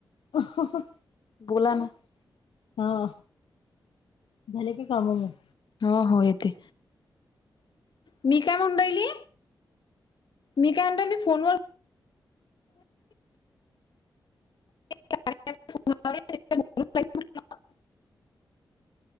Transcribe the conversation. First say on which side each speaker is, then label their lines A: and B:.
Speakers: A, on the left; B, on the left.
A: अ
B: बोला ना
A: <unintelligible> हं झाले कायं कामं मंग.
B: हो हो येते. मी कायं म्हंणीरांईली मी कायं म्हणतं मी फोनवरं. <unintelligible>